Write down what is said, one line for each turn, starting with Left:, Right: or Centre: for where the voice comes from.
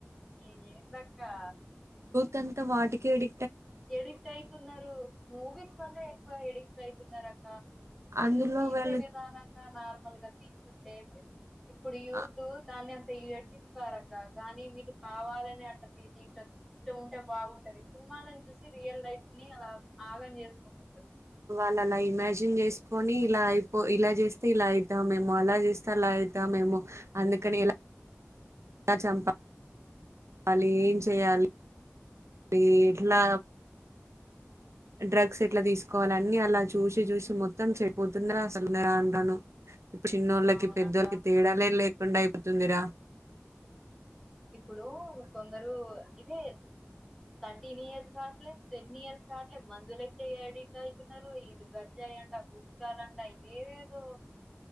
Centre: ఈ ఎందక్కా
Right: కనక వాటికేడి
Centre: ఎడిక్ట్ అయితున్నారు. మూవీస్ వల్ల ఎక్కువ ఎడిక్ట్ అయితున్నారు అక్ కా వీళ్ళు
Right: అందులో
Centre: తీసే
Right: వాళ్ళు
Centre: విధానంగా నార్మల్ గా తీసు ఏంది ఇప్పుడు యూత్తు
Right: ఆ
Centre: ధాన్యం ట్రియ్యర్చిప్ కాదక్క కానీ నీకు కావాలనే అట్ట తీసి ఇట్ ఇటు ఉంటే బావుంటది. సినిమాలన్ చూసి రియల్ లైఫ్ ని అలా ఆగం చేసుకుండు.
Right: ఇలాల ఇమాజిన్ చేసుకొని ఇలా అయిపో ఇలా చేస్తే ఇలా అయితమేమో అలా చేస్తే అలా అయితమేమో అందుకనే ఇలా టాచంపా వాలి ఏం చేయాలి. మరి ఎట్లా డ్రగ్స్ ఎట్లా తీసుకోవాలి. అన్ని అలా చూసి చూసి మొత్తం చెడపోతుందురా అసలు రాన్ రాను. చిన్నోళ్ళకి
Centre: అవునక్క
Right: పెద్దోళ్ళకి తేడానేలేక్ రెండుయిపుతుందిరా
Centre: ఇప్పుడో కొందరో ఇదే థర్టీన్ ఇయర్స్ కాట్లే టెన్ ఇయర్స్ కాట్లే మందులతే ఎడిక్ట్ అయితున్నారు ఇటు గంజాయి అంట గుట్కాలుంట ఏదేదో